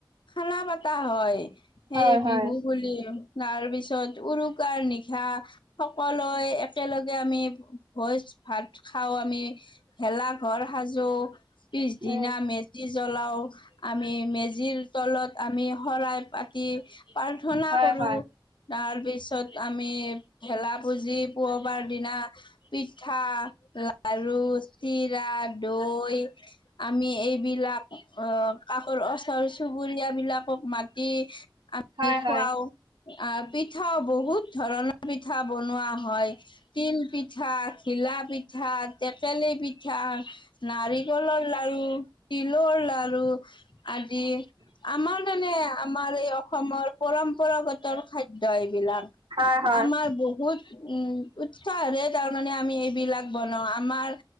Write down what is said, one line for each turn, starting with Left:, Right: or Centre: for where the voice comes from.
Left: খানা পতা হয়। সেই
Right: হয় হয়
Left: বিহু বুলি তাৰ পিছত উৰুকাৰ নিশা সকলোৱে একেলগে আমি ভোজ ভাত খাও আমি। ভেলা ঘৰ সাজু টো পিছদিনা
Right: উম
Left: মেজি জ্বলাওঁ আমি মেজিৰ তলত আমি শৰাই পাতি প্ৰাৰ্থনা
Right: হয়
Left: কৰো।
Right: হয়
Left: তাৰপিছত আমি ভেলা পূজিত পুৱবাৰ দিনা পিঠা, লাৰু চিৰা, দৈ আমি এইবিলাক অ কাষৰ ওচৰ চুবুৰীয়া বিলাকক মাতি আমি
Right: হয়
Left: খুৱাও
Right: হয়
Left: আহ পিঠাও বহুত ধৰণৰ পিঠা বনোৱা হয় তিল পিঠা, ঘিলা পিঠা, টেকেলি পিঠা, নাৰিকলৰ লাৰু তিলৰ লাৰু আদি আমাৰ তেনে আমাৰ এই অসমৰ পৰম্পৰাগতৰ খাদ্য এইবিলাক
Right: হয় হয়
Left: আমাৰ বহুত উম উৎসাহেৰে তাৰমানে আমি এইবিলাক বনাও আমাৰ